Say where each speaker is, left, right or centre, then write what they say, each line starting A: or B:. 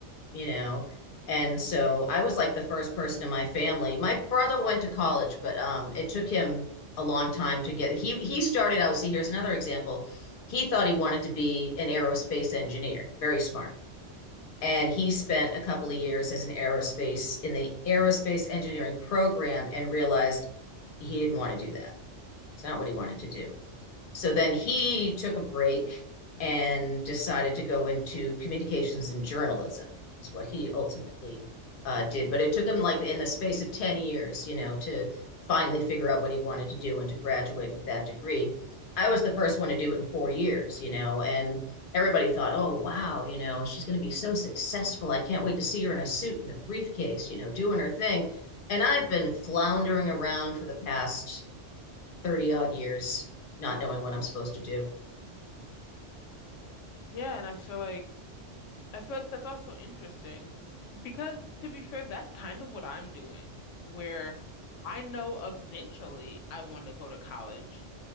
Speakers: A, on the left (about 55°); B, on the left (about 85°).
A: you know. And so I was like the first person in my family. My brother went to college, but um, it took him a long time to get. He he started out. See, here's another example. He thought he wanted to be an aerospace engineer, very smart, and he spent a couple of years as an aerospace in the aerospace engineering program and realized he didn't want to do that. It's not what he wanted to do. So then he took a break and decided to go into communications and journalism, is what he ultimately uh, did. But it took him like in the space of 10 years, you know, to finally figure out what he wanted to do and to graduate with that degree. I was the first one to do it in four years, you know, and everybody thought, oh, wow, you know, she's going to be so successful. I can't wait to see her in a suit and a briefcase, you know, doing her thing. And I've been floundering around for the past 30 odd years not knowing what I'm supposed to do.
B: Yeah, and I feel like I feel like that's also interesting because to be fair, that's kind of what I'm doing, where I know eventually I want to go to college,